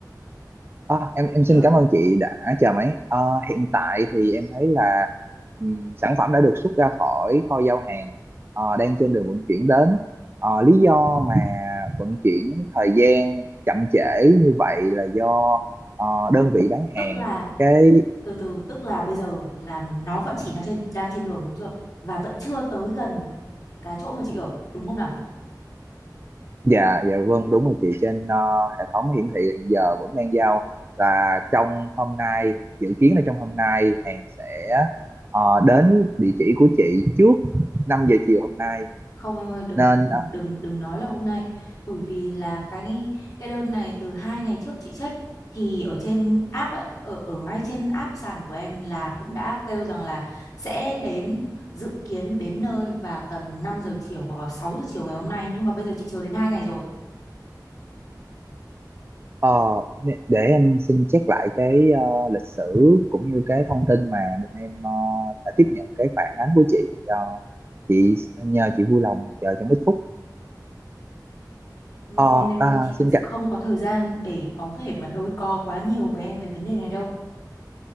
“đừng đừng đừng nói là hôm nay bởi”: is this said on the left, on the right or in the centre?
Left